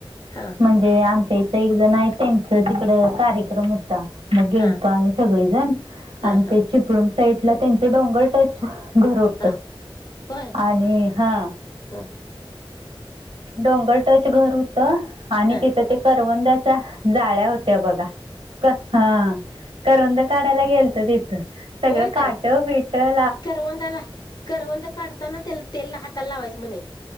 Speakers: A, on the left; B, on the right.
A: हा
B: म्हणजे आमच्या इथं एक जण आहे त्यांच तिकड कार्यक्रम हु ता मग गेलतो
A: हा
B: आम्ही सगळीजण
A: हा
B: आणि
A: हा
B: ते चिपळूण साईडला त्यांच डोंगर टच घर होतं.
A: हा होय.
B: आणि हा
A: ह
B: डोंगर टच घर हो तं आणि
A: हा
B: तिथं ते करवंदाच्या जाळ्या होत्या बघा. कं हा करवंद काढायला गेलतं तिथं सगळं
A: होय
B: काटं
A: काय
B: बिटं
A: करवंदाला करवंद काडताना केल तेलला हाताला लावायचं म्हणे,